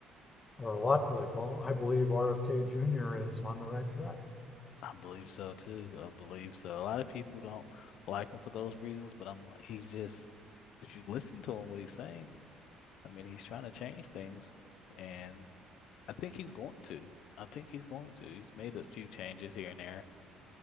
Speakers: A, on the left; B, on the left.
A: or a lot political. I believe RFK Jr. is on the right track.
B: I believe so too. I believe so. A lot of people don't like him for those reasons, but I'm like, he's just, if you listen to him, what he's saying, I mean, he's trying to change things, and I think he's going to. I think he's going to. He's made a few changes here and there,